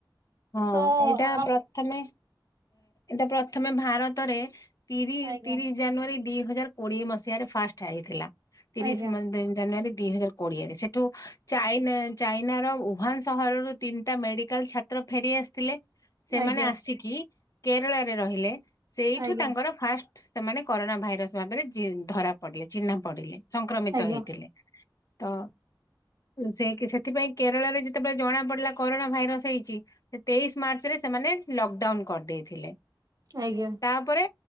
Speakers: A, on the left (about 45°); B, on the right (about 45°).
A: ହଁ
B: ତ
A: ଏଇଟା
B: ଆପ
A: ପ୍ର ପ୍ରଥମେ ଏଟ ପ୍ରଥମେ ଭାରତରେ ତିରିଶ
B: ଆଜ୍ଞା
A: ତିରିଶ ଜାନୁଆରୀ ଦି ହଜାର କୋଡିଏ ମସିହା ରେ ଫାଷ୍ଟ ହୋଇଥିଲା ତିରିଶ
B: ଆଜ୍ଞା
A: ମ ଜାନୁଆରୀ ଦି ହଜାର କୋଡିଆରେ ସେଠୁ ଚାଇନା ଚାଇନାର ଉଭା ସହରରୁ ତିନିଟା ମେଡିକାଲ ଛାତ୍ର ଫେରି ଆସିଥିଲେ ସେମାନେ
B: ଆଜ୍ଞା
A: ଆସିକି କେରଳରେ ରହିଲେ ସେଇଠୁ
B: ଆଜ୍ଞା
A: ତାଙ୍କର ଫାଷ୍ଟ ସେମାନେ କରୋନା ଭାଇରସ ଭାବରେ ଧରା ପଡିଲେ ଚିହ୍ନା ପଡିଲେ ସଂକ୍ରମିତ
B: ଆଜ୍ଞା
A: ହେଇଥିଲେ। ତ ସେ ସେଥିପାଇଁ କେରଳରେ କେତେବେଳେ ଜଣା ପଡିଲା କରୋନା ଭାଇରସ ହେଇଛି ସେ ତେଇଶ ମାର୍ଚ୍ଚ ରେ ସେମାନେ ଲକଡାଉନ କରିଦେଇଥିଲେ।
B: ଆଜ୍ଞା।
A: ତାପରେ